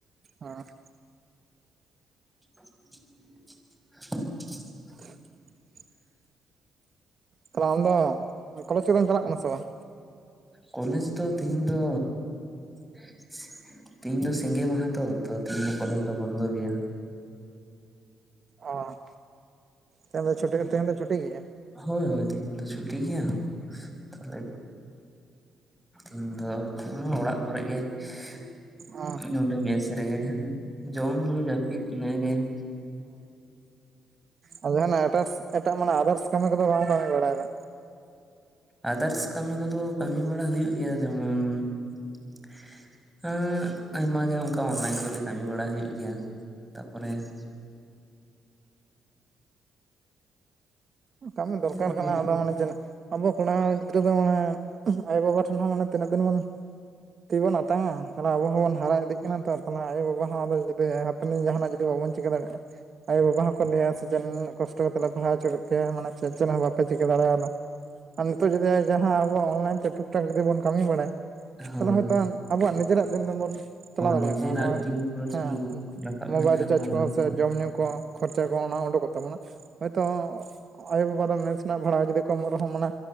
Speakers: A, on the right; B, in the centre.
A: ᱦᱟᱸ ᱼᱼ
B: <inaudible>
A: <inaudible> ᱛᱟᱞᱦᱮ ᱟᱢ ᱫᱚ ᱠᱚᱞᱮᱡᱽ ᱠᱚᱫᱢ ᱪᱟᱞᱟᱜ ᱠᱟᱱᱟ ᱥᱮ ᱵᱟᱝ?
B: ᱠᱚᱞᱮᱡᱽ ᱫᱚ ᱛᱤᱦᱤᱧ ᱫᱚ ᱼᱼ ᱛᱤᱦᱤᱧ ᱫᱚ ᱥᱤᱸᱜᱤ ᱢᱟᱦᱟ ᱛᱚ ᱛᱤᱦᱤᱧ ᱫᱚ ᱠᱚᱞᱮᱡᱽ ᱫᱚ ᱵᱚᱱᱫᱚ ᱜᱮᱭᱟ ᱾
A: ᱚ ᱛᱮᱦᱮᱧ ᱫᱚ ᱪᱷᱩᱴᱤ ᱛᱮᱦᱮᱧ ᱫᱚ ᱪᱷᱩᱴᱤ ᱜᱮᱭᱟ?
B: ᱦᱳᱭ ᱦᱳᱭ ᱛᱮᱦᱮᱧ ᱫᱚ ᱪᱷᱩᱴᱤ ᱜᱮᱭᱟ ᱛᱟᱦᱚᱞᱮ ᱤᱧ ᱫᱚ ᱚᱲᱟᱜ ᱠᱚᱨᱮᱜ ᱜᱮ ᱾
A: ᱚ
B: ᱤᱧ ᱱᱚᱰᱮ ᱢᱮᱥ ᱨᱮᱜᱮ ᱡᱚᱢ ᱧᱩ ᱡᱟᱹᱯᱤᱫ ᱤᱱᱟᱹᱜᱮ ᱾
A: ᱚᱸ ᱡᱟᱦᱟᱱᱟᱜ ᱮᱴᱟᱥ ᱮᱴᱟᱜ ᱢᱟᱱᱮ ᱟᱫᱟᱨᱥ ᱠᱟᱹᱢᱤ ᱠᱚᱫᱚ ᱵᱟᱝ ᱠᱟᱹᱢᱤ ᱵᱟᱲᱟ ᱭᱮᱫᱟ?
B: ᱟᱫᱟᱨᱥ ᱠᱟᱹᱢᱤ ᱠᱚᱫᱚ ᱠᱟᱹᱢᱤ ᱵᱟᱲᱟ ᱦᱩᱭᱩᱜ ᱜᱮᱭᱟ ᱡᱮᱢᱚᱱ ᱼᱼ ᱦᱮᱸ ᱟᱭᱢᱟ ᱜᱮ ᱚᱱᱠᱟ ᱚᱱᱞᱟᱭᱤᱱ ᱠᱚᱛᱮ ᱠᱟᱹᱢᱤ ᱵᱟᱲᱟ ᱦᱩᱭᱩᱜ ᱜᱮᱭᱟ ᱾ ᱛᱟᱯᱚᱨᱮ ᱼᱼ
A: ᱠᱟᱹᱢᱤ
B: ᱤᱱᱟᱹ
A: ᱫᱚᱨᱠᱟᱨ
B: ᱠᱚᱜᱮ
A: ᱠᱟᱱᱟ ᱟᱫᱚ ᱢᱟᱱᱮ ᱪᱮᱫ ᱟᱵᱚ ᱠᱚᱲᱟ ᱜᱤᱫᱽᱨᱟᱹ ᱫᱚ ᱢᱟᱱᱮ ᱼᱼ ᱟᱭᱳ ᱵᱟᱵᱟ ᱴᱷᱮᱱ ᱦᱚᱸ ᱢᱟᱱᱮ ᱛᱤᱱᱟᱹᱜ ᱫᱤᱱ ᱵᱚᱱ ᱼᱼ ᱛᱤ ᱵᱚᱱ ᱟᱛᱟᱝᱟ ᱛᱟᱞᱮ ᱟᱵᱚ ᱦᱚᱸᱵᱚᱱ ᱦᱟᱨᱟ ᱤᱫᱤᱜ ᱠᱟᱱᱟ ᱛᱚ ᱟᱯᱱᱟᱨ ᱟᱭᱳᱼᱵᱟ ᱦᱚᱸ ᱟᱫᱚ ᱡᱩᱫᱤ ᱦᱟᱯᱮᱱᱤᱧ ᱡᱟᱦᱟᱱᱟ ᱡᱩᱫᱤ ᱵᱟᱵᱚᱱ ᱪᱤᱠᱟᱹ ᱫᱟᱲᱮᱭᱟᱜᱼᱟ ᱾ ᱟᱭᱳ ᱵᱟᱵᱟ ᱦᱚᱸᱠᱚ ᱞᱟᱹᱭᱟ ᱥᱮ ᱪᱮᱫ ᱠᱚᱥᱴᱚ ᱠᱟᱛᱮᱜ ᱞᱮ ᱯᱟᱲᱦᱟᱣ ᱦᱚᱪᱚ ᱠᱮᱜ ᱯᱮᱭᱟ ᱢᱟᱱᱮ ᱪᱮᱫ ᱪᱮᱫ ᱦᱚᱸ ᱵᱟᱯᱮ ᱪᱤᱠᱟᱹ ᱫᱟᱲᱮᱭᱟᱫᱟ ᱾ ᱟᱨ ᱱᱤᱛᱳᱜ ᱡᱩᱫᱤ ᱡᱟᱦᱟᱸ ᱟᱵᱚᱣᱟᱜ ᱚᱱᱞᱟᱭᱤᱱ ᱛᱮ ᱴᱩᱠᱼᱴᱟᱠ ᱡᱩᱫᱤ ᱵᱚᱱ ᱠᱟᱹᱢᱤ ᱵᱟᱲᱟᱭᱟ
B: ᱦᱳᱭ
A: ᱛᱟᱞᱦᱮ ᱦᱚᱭᱛᱳ ᱼᱼ ᱟᱵᱚᱣᱟᱜ ᱱᱤᱡᱮᱨᱟᱜ ᱫᱤᱱ ᱫᱚᱵᱚᱱ ᱼᱼ ᱪᱟᱞᱟᱣ ᱫᱟᱲᱮᱭᱟᱜᱼᱟ
B: ᱱᱤᱡᱮᱨᱟᱜ
A: ᱱᱚᱜᱚᱭ
B: ᱫᱤᱱ ᱯᱚᱨᱚᱥᱮᱢ
A: ᱦᱮᱸ
B: ᱨᱟᱠᱟᱵ
A: ᱢᱳᱵᱟᱭᱤᱞ
B: ᱞᱮᱱᱠᱷᱟᱱ
A: ᱨᱤᱪᱟᱨᱡ
B: ᱦᱚᱸ
A: ᱠᱚ
B: ᱚᱱᱟ
A: ᱥᱮ ᱡᱚᱢ ᱧᱩ ᱼᱼ ᱠᱚ ᱠᱷᱚᱨᱪᱟ ᱠᱚ ᱚᱱᱟ ᱩᱰᱩᱠᱚᱜ ᱛᱟᱵᱚᱱᱟ ᱦᱚᱭᱛᱚ ᱼᱼ ᱟᱭᱳ-ᱵᱟᱵᱟ ᱫᱚ ᱢᱮᱥ ᱨᱮᱱᱟᱜ ᱵᱷᱟᱲᱟ ᱡᱩᱫᱤ ᱠᱚ ᱮᱢᱚᱜ ᱨᱮᱦᱚᱸ ᱢᱟᱱᱮ